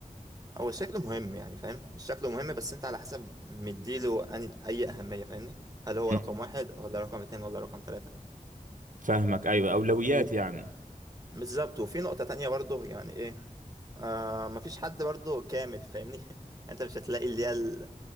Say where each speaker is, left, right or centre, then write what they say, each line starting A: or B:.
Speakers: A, on the right; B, on the right.
A: هو الشكل مهم يعني فاهم الشكل مهم بس أنت على حسب مديله أني- أي أهمية فاهمني هل هو
B: مم.
A: رقم واحد ولا رقم اتنين ولا رقم تلاتة
B: فاهمك ايوه اولويات
A: و-
B: يعني
A: بالظبط وفي نقطة تانية برضه يعني إيه آه مفيش حد برضه كامل فاهمني <laughs> أنت مش هتلاقي اللي هي ال-